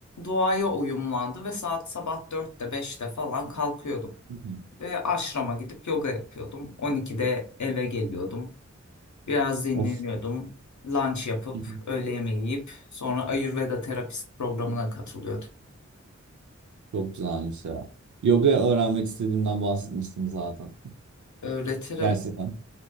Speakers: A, on the left; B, on the right.
A: doğaya uyumlandı ve saat sabah dörtte beşte falan kalkıyordum.
B: Hı hı.
A: Ve aşrama gidip yoga yapıyordum. 12'de eve geliyordum. Biraz dinleniyordum.
B: Of.
A: Lunch yapıp
B: Hı hı.
A: öğle yemeği yiyip sonra Ayurveda terapist programına katılıyordum.
B: Çok güzelmiş ya. Yoga öğrenmek istediğimden bahsetmiştim zaten.
A: Öğretirim.
B: Gerçekten.